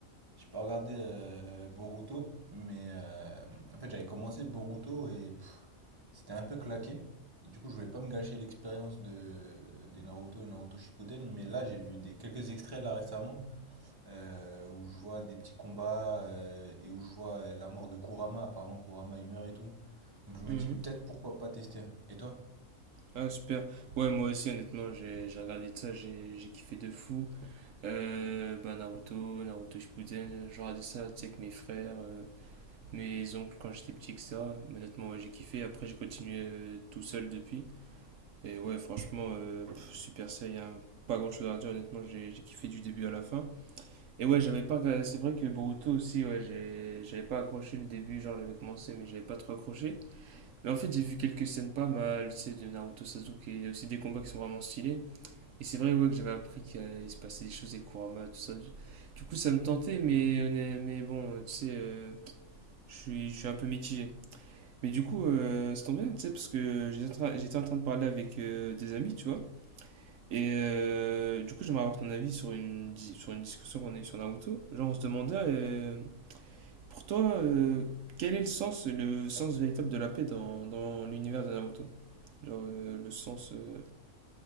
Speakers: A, on the right; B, on the right.
A: J'ai pas regardé euh, Boruto, mais euh, en fait, j'avais commencé Boruto et pff, c'était un peu claqué. Et du coup, je voulais pas me gâcher l'expérience de, des Naruto et Naruto Shippuden, mais là, j'ai vu des, quelques extraits là récemment euh, où je vois des petits combats euh, et où je vois euh, la mort de Kurama. Apparemment, Kurama il meurt et tout. Donc, je me
B: Mhm.
A: dis peut-être pourquoi pas tester. Et toi?
B: Ah, super. Ouais, moi aussi, honnêtement, j'ai j'ai regardé de ça, j'ai j'ai kiffé de fou. Euh, bah, Naruto, Naruto Shippuden, euh, j'ai regardé ça, tu sais, avec mes frères, euh, mes oncles quand j'étais petit, etc. Mais Honnêtement, ouais, j'ai kiffé. Après, j'ai continué euh, tout seul depuis. Et ouais, franchement, euh, pff, Super Saiyan, pas grand-chose à dire, honnêtement, j'ai j'ai kiffé du début à la fin. Et ouais, j'avais pas regardé- c'est vrai que Boruto aussi, ouais, j'ai- j'avais pas accroché le début, genre j'avais commencé, mais j'avais pas trop accroché. Mais en fait, j'ai vu quelques scènes pas mal, c'est de Naruto Sasuke, il y a aussi des combats qui sont vraiment stylés. Et c'est vrai ouais, que j'avais appris qu'il se passait des choses avec Kurama, tout ça. Du coup, ça me tentait, mais, honn- mais bon, tu sais, euh, je suis je suis un peu mitigé. Mais du coup, euh, ça tombe bien, tu sais, parce que j'étais en train- j'étais en train de parler avec euh, des amis, tu vois. Et euh, du coup, j'aimerais avoir ton avis sur une, di- sur une discussion qu'on a eue sur Naruto. Genre, on se demandait, euh, pour toi, euh, quel est le sens, le sens véritable de la paix dans, dans l'univers de Naruto? Genre euh, le sens. euh,